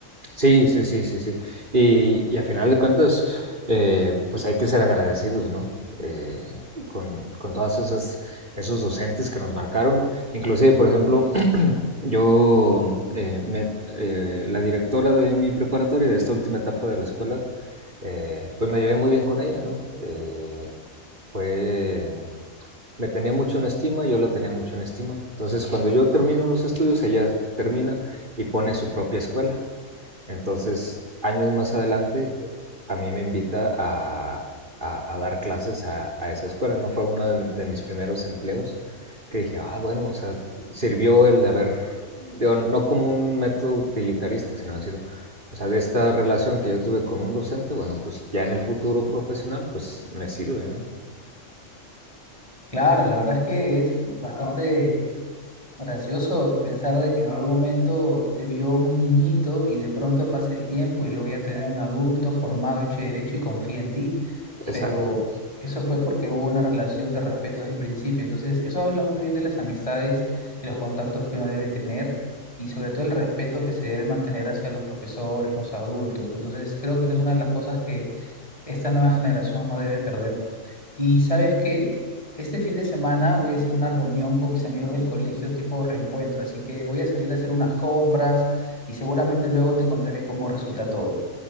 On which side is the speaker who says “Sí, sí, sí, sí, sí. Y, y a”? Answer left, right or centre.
Right